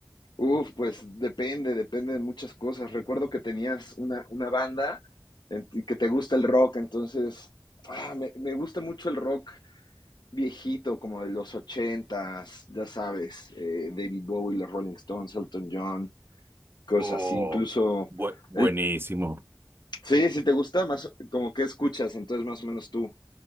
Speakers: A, on the left; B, on the right.
A: Uf, pues depende, depende de muchas cosas. Recuerdo que tenías una, una banda en ti que te gusta el rock, entonces ah, me, me gusta mucho el rock viejito, como de los ochentas, ya sabes, eh, David Bowie, los Rolling Stones, Elton John, cosas
B: Oh,
A: así. Incluso,
B: bu- buenísimo.
A: el, sí, si te gusta, más como que escuchas, entonces más o menos tú.